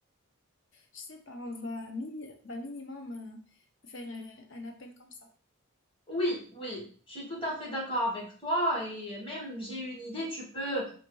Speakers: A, on the left (about 60°); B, on the left (about 25°).
A: je sais pas, on va, mi- va minimum euh, faire un, un appel comme ça.
B: Oui, oui, je suis tout à fait d'accord avec toi et même j'ai une idée, tu peux euh,